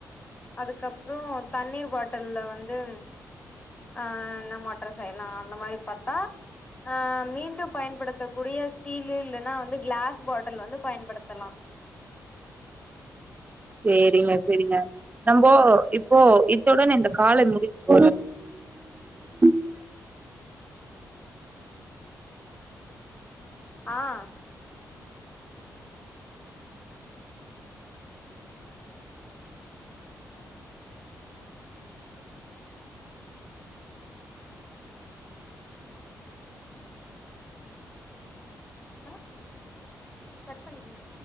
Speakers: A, on the left (about 25°); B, on the right (about 25°).
A: அதுக்கப்றோ தண்ணீர் பாட்டல்ல வந்து ஆ என்ன மாற்றோ செய்யலா அந்த மாரி பாத்தா ஆ மீண்டு பயன்படுத்தக்கூடிய ஸ்டீலு இல்லனா வந்து கிளாஸ் பாட்டல் வந்து பயன்படுத்தலா
B: சேரிங்க செரிங்க நம்போ இப்போ இத்துடன் இந்த கால முடிச்சு <inaudible>
A: ஆ ஆ கட் பண்ணிக்கங்க